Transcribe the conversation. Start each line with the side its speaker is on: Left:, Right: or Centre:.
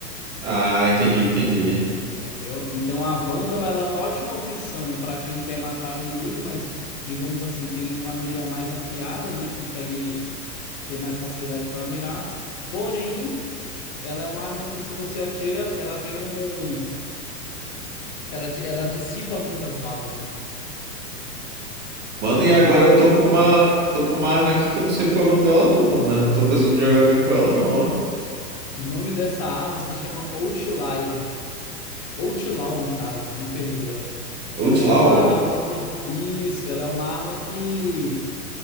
Right: Ah, entendi, entendi.
Left: Entendeu? Então, a Vandal, ela é uma ótima opção para quem quer matar o inimigo, mas, digamos assim, tem uma mira mais afiada, né? Consegue ter mais facilidade para mirar. Porém, ela é uma arma que, se você atira, ela tem um. Ela, ela dissipa muito as balas, né?
Right: Mano, e agora
Left: Já a
Right: eu
Left: Phantom
Right: tô com uma,
Left: não.
Right: tô com uma arma aqui que eu não sei qual é o nome dela, não, mano. Mas eu não tô conseguindo jogar bem com ela, não, ó.
Left: O nome dessa arma se chama Outlier. Outlaw, no caso, me perdoa.
Right: Outlaw,
Left: Ela é uma arma que. Isso, ela é uma arma que.